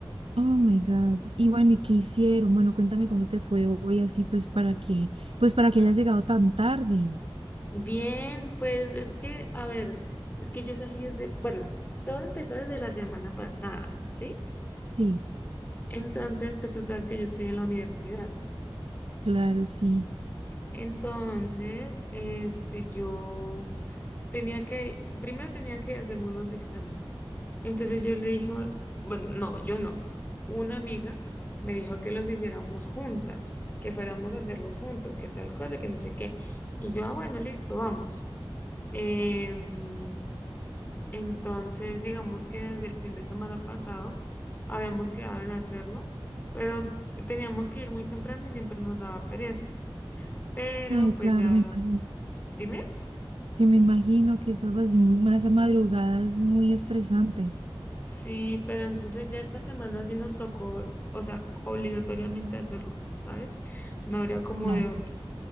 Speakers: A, on the right (about 85°); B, on the left (about 20°).
A: Oh my God. Y bueno, ¿y qué hicieron? Bueno, cuéntame cómo te fue hoy así pues para que pues para que hayas llegado tan tarde.
B: Bien, pues es que, a ver, es que yo salí desde, bueno, todo empezó desde la semana pasada, ¿sí?
A: Sí,
B: Entonces, pues tú sabes que yo estoy en la universidad.
A: claro, sí.
B: Entonces, este, yo tenía que, primero tenía que hacerme unos exámenes. Entonces yo le dijo, bueno, no, yo no. Una amiga me dijo que los hiciéramos juntas, que fuéramos a hacerlos juntas, que tal cosa, que no sé qué. Y yo, ah, bueno, listo, vamos. Em, entonces, digamos que desde el fin de semana pasado habíamos quedado en hacerlo, pero teníamos que ir muy temprano y siempre nos daba pereza. Pero
A: Ay,
B: pues
A: claro,
B: ya,
A: me imagino.
B: dime.
A: Que me imagino que eso así muy más a madrugada es muy estresante.
B: Sí, pero entonces ya esta semana sí nos tocó, o sea, obligatoriamente hacerlo, ¿sabes? No habría como
A: Claro.
B: de otra.